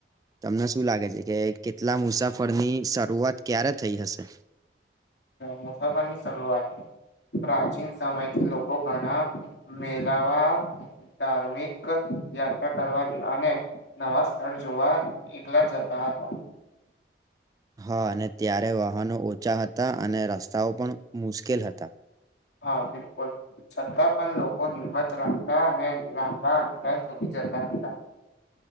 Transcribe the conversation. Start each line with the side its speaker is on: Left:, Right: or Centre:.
Right: તમને શું લાગે છે કે કેટલા મુસાફરની શરૂઆત ક્યારે થઈ હશે
Left: મુસાફની શરૂઆત પ્રાચીન સમયથી લોકો ઘણા મેલાવા ધાર્મિક યાત્રા કરવા અને નવા સ્થળ જોવા એકલા જતા હતા
Right: હા અને ત્યારે વાહનો ઓછા હતા અને રસ્તાઓ પણ મુશ્કેલ હતા
Left: હા બિલકુલ છતાં પણ લોકો હિંમત રાખતા અને રાંધા અાર સુોધી જતા હતા